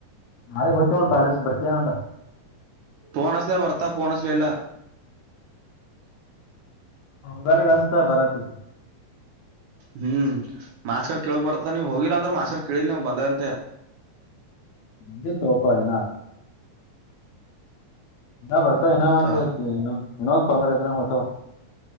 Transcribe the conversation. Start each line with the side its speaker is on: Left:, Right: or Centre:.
Left: ನಾಳೆ ಹ್ತ ಹು ಕಾಲೇಜ್ ಬರ್ತ ನಂದ
Right: ಫೋನಸ್ ಬರ್ತ ಪೋನಸ್ ಲಲ್ಲ
Left: ಬೆಳಿಗೆ ಹಸ್ತಾ ಬರಾತಿ
Right: ಹ್ಮ್ ಮಾಸ್ಕರ್ ಕೇಳಳಕ್ ಬರ್ತ ನೀವ್ ಹೋಗಿರ ಅಂದ್ರ ಮಾಸ್ಕಾರ್ ಕೇಳಿಲ್ ನೀವ್ ಬಂದ ಅಂತೆ
Left: ಬಂದ ತ ಒಪಯ ನ ಇನ್ನ ಬರ್ತಾವ
Right: ಬಂದಿಲ್ತ
Left: ಇನ್ನ ಒಂದ್ ಇತಿ ಇ ಇನೋ್ೊಂದ್ರ ಐತ ನ ಹೊತವ